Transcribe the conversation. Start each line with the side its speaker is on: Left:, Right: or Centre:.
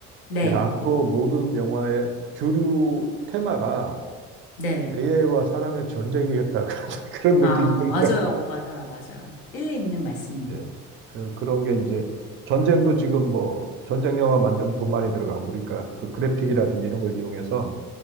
Left: 네,
Right: 야, 앞으로 모든 영화의 주류 테마가
Left: 네.
Right: AI와 사람의 전쟁이겠다. <laughs> 그런
Left: 아,
Right: 느낌이 들더라고요.
Left: 맞아요. 맞아요. 맞아요. 일리 있는 말씀이에요.
Right: 예. 그, 그런 게 이제 전쟁도 지금 뭐 전쟁 영화 만들면 돈 많이 들어가고 그러니까 그 그래픽이라든지 이런 걸 이용해서